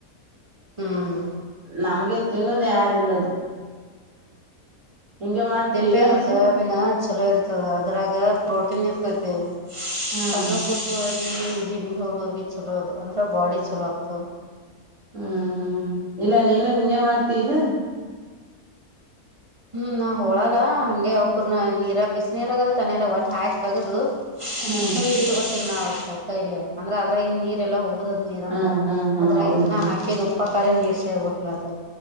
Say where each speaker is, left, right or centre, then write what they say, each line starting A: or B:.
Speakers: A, on the right (about 30°); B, on the right (about 55°).
A: ಹ್ಮ್
B: ನಮ್ಗೆ ತಿನ್ನೋದು ಯಾರಿಲ್ಲದು ಹಿಂಗೆ ಮಾಡ್ತಿ
A: ತಿನ್ಬೇಕಾದ
B: ಇಲ್ಲ ನೀನು
A: ಸೋಯಾಬೀನ್ ಚಲೋ ಇರ್ತದ ಅದ್ರಾಗ ಪ್ರೋಟೀನ್ ಇರ್ತೈತಿ
B: ಹ್ಮ್
A: ಕಣ್ಣ ಕೂಸವಾಗಿ ಜಿಮ್ಮಿಗೆ ಹೋಗೋಿಗೆ ಚಲೋ ಅದು ಅಂದ್ರೆ ಬಾಡಿ ಚಲೋ ಆಗ್ತದೆ
B: ಹ್ಮ್ ಹ್ಮ್ ಇಲ್ಲ ನೀನು ಹಿಂಗಗೆ ಮಾಡ್ತ ಇಲ್ಲ
A: ಹ್ಮ್ ನಾವ್ ಹೋಳಲ್ಲ ಹಂಗೆ ಅವಕರ್ನ ನೀರ ಬಿಸ ನೀರಗಾರ ತನರ ಒಟ್ಟ ಹಾಕ್ ತಗದು
B: ಹ್ಮ್
A: ಹಂಗ್ ಇಟ್ಟ ಗೊತ್ತಿನಿ ನಾವು ಕೈಲೆ ಅಂದ್ರೆ ಅದ್ರಾಗಿನ್ ನೀರೆ ಎಲ್ಲ ಹೋಗುದ ನೀರಂದು
B: ಹ್ಮ್ ಹ್ಮ್ ಹ್ಮ್
A: ಅದರಾಗ
B: ಹೌದು
A: ಇದನ್ನ
B: ಬಿಡು
A: ಹಾಕದು ಅಪ್ಪಕರೆ ನೀರು ಸೇರ್ಬೇಕಲದದ